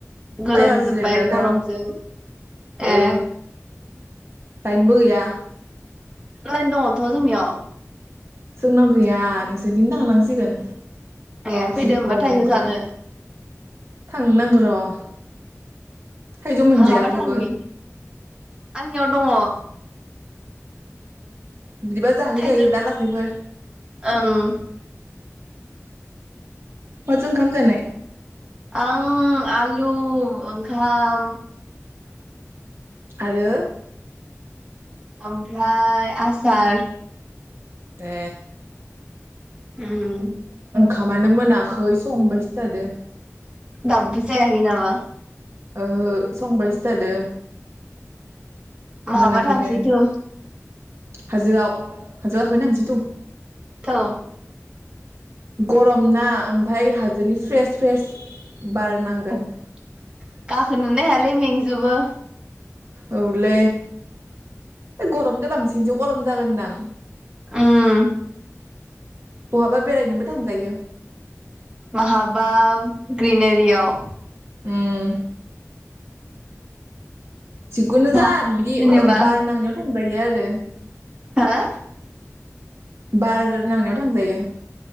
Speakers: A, on the right; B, on the right.
A: गोलोमजोबबाय
B: सायायाव जिरायना
A: गरमजों
B: दं ओ
A: ए
B: लाइनबो गैया
A: लाइन दङथ जोंनियाव
B: जोंनाव गैया नोंसिथिं दांनासिगोन
A: ए फैदो
B: जि
A: होमबा
B: गरमखा
A: थाइजौ जानो
B: थांनो नांगौ र' थाइजौ मोनजायाखैबो
A: बहाबा थांनि आंनियाव दङ
B: बिदिबा जाहैजायो
A: थाइजौ
B: दा लाखैफोर
A: ओं
B: माजं खामजानाय?
A: उम आलु ओंखाम
B: आरो
A: ओमफ्राय आसार
B: ए
A: उम
B: खामानो मोनाखै संबायसो थादों
A: दाबो जायाखै नामा?
B: ओहो संबायसो थादो।
A: बहाबा
B: मोनाखैनो
A: थांसै थौ
B: हाजोआव हाजो गाखोनो थांसै थौ
A: थौ
B: गरम ना ओमफाराय हाजोनि फ्रेस फ्रेस बार नांगोन
A: <inaudible> गाखोनोनो हायालै मेंज जोबो
B: औलै ओ गरमदो बांसिनसो गरम जागोनदां
A: उम
B: बहाबा बेरायनोबो थांजायो
A: माहाबा ग्रिनारियाव
B: उम जिखुनो
A: मा
B: जा बिदि
A: जेनेबा
B: ओ बार नांनायाव थांजायो आर रो
A: हो
B: बार नांनायाव थांजायो।